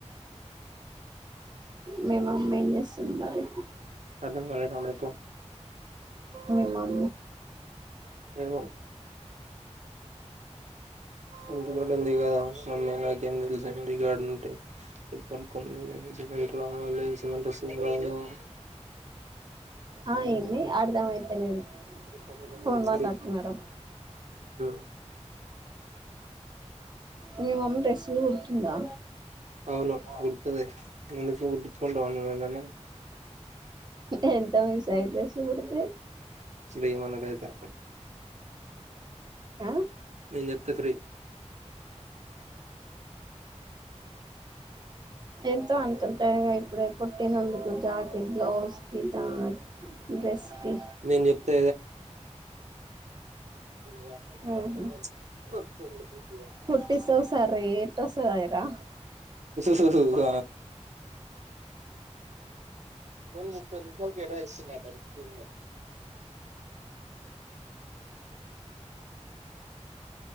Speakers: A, on the right; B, on the right.
A: మీ మమ్మీ ఏం చేస్తుంది మరి
B: అర్థం కాలేదు నాకు
A: మీ మమ్
B: ఏమో ఒగ్గు గడ్డ ఉంది కదా మమ్మే నాక ఏం తెలుసు డ <unintelligible> ర్డ ఉంటేంది సిమెంట్ రావాలి సిమెంట్ వస్తుంది రాదు
A: ఆ ఏంది అర్థం అయితలేదు
B: స
A: ఫోన్ మాట్లాడుతున్నారా
B: సర <inaudible>
A: మీ మమ్మీ డ్రెస్సులు కుడుతుందా
B: అవును కుడు తది ఎందుకు కుట్టించుకుట్టవా నువ్వు ఏదన్నా
A: ఎంత మీ సైడ్ డ్రెస్ కుడితే
B: ఫ్రీ మనకైతే
A: ఆ
B: నేను చెప్తే ఫ్రీ
A: ఎంతో అంత ఉంటాయిగా ఇప్పుడే కుట్టినందుకు జాకెట్ బ్లౌజ్ కి తా డ్రెస్ కి
B: నేను చెప్తే హా
A: ఆహా
B: <inaudible>
A: కుట్టిస్తావు సరే ఎట్ట వస్తదాయరా
B: మూడు ముప్పది నిమిషాలు కేటాయిస్తున్నాయి నా